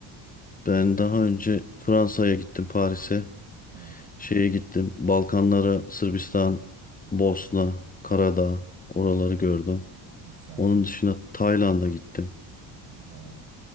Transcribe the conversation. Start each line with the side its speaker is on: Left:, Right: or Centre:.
Left: Ben daha önce Fransa'ya gittim, Paris'e.
Right: Ha,
Left: Şeye gittim, Balkanlara, Sırbistan, Bosna, Karadağ, oraları gördüm.
Right: güzel.
Left: Onun dışında Tayland'a gittim.
Right: Güzel.